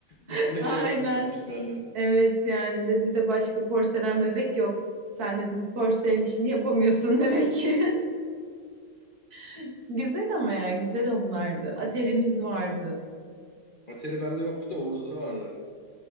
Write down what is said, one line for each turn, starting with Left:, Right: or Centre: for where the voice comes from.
Right: <laughs>
Left: üstüne
Right: Aynen.
Left: şey yapmayayım demiştir annen.
Right: Evet yani dedi bir de başka porselen bebek yok. Sen dedi bu porselen işini yapamıyorsun demek ki. <laughs> Güzel ama ya güzel onlardı. Atari'miz vardı.
Left: Atari bende yoktu da Oğuz'da vardı.